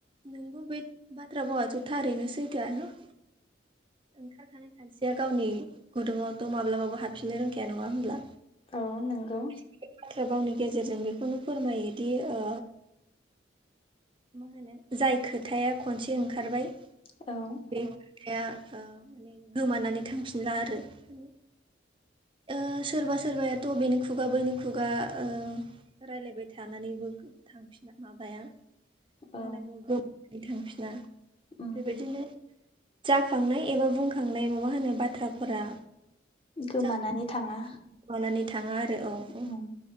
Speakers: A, on the right (about 25°); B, on the left (about 30°).
A: नोंबो बे बाथ्रा भावाथ' थारैनो सैथोआनो। ओंखारखानाय खानस्रिया गावनि गुदुङावथ' माब्लाबाबो हाबफिननो रोंखाया नङा होनब्ला?
B: अ नंगौ।
A: बे बाथ्रा भावनि गेजेरजों बेखौनो फोरमायोदि ओ मा होनो जाय खोथाया खनसे ओंखारबाय
B: औ।
A: बे खोथाया ओ माने गोमानानै थांफिनला आरो माने। ओ सोरबा सोरबायाथ' बेनि खुगा बैनि खुगा ओ रायलायबाय थानानैबो। थांफिना माबाया मा
B: औ
A: होनना बुङो गोै थांफिना
B: उम
A: बेबायदिनो। जाखांनाय एबा बुंखांनाय माबा होननाय बाथ्राफोरा।
B: गोमानानै
A: जाखोमानानै
B: थाङा
A: थाङा आरो औ औ
B: उम